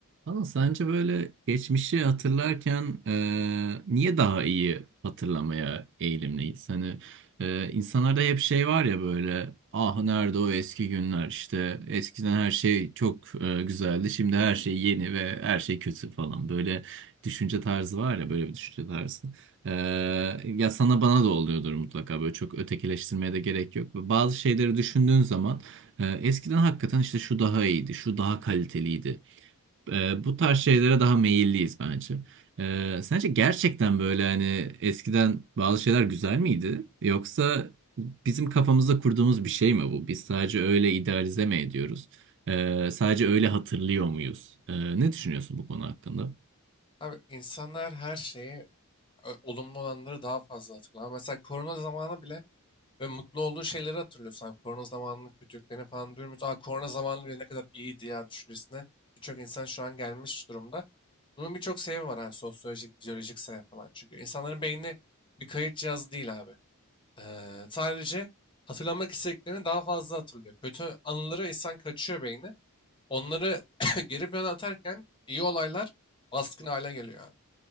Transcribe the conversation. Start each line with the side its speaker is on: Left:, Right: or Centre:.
Right: Ama sence böyle geçmişi hatırlarken e, niye daha iyi hatırlamaya eğilimliyiz? Hani e, insanlarda hep şey var ya böyle ah nerede o eski günler işte eskiden her şey çok e, güzeldi şimdi her şey yeni ve her şey kötü falan böyle düşünce tarzı var ya böyle bir düşünce tarzı. E, ya sana bana da oluyordur mutlaka böyle çok ötekileştirmeye de gerek yok. Bazı şeyleri düşündüğün zaman e, eskiden hakikaten işte şu daha iyiydi şu daha kaliteliydi e, bu tarz şeylere daha meyilliyiz bence. E, sence gerçekten böyle hani eskiden bazı şeyler güzel miydi? Yoksa bizim kafamızda kurduğumuz bir şey mi bu? Biz sadece öyle idealize mi ediyoruz? E, sadece öyle hatırlıyor muyuz? E, ne düşünüyorsun bu konu hakkında?
Left: Abi insanlar her şeyi, ö- olumlu olanları daha fazla hatırlar. Mesela korona zamanı bile ve mutlu olduğu şeyleri hatırlıyorsun. Abi, korona zamanının kötülüklerini falan duymuyoruz. Aa, korona zamanı bile ne kadar iyiydi ya düşüncesine birçok insan şu an gelmiş durumda. Bunun birçok sebebi var abi. Sosyolojik, biyolojik sebebi falan. Çünkü insanların beyni bir kayıt cihazı değil abi. Ee, sadece hatırlamak istediklerini daha fazla hatırlıyor. Kötü anıları insan kaçıyor beyni. Onları <coughs> <clears throat> geri plana atarken iyi olaylar baskın hale geliyor abi.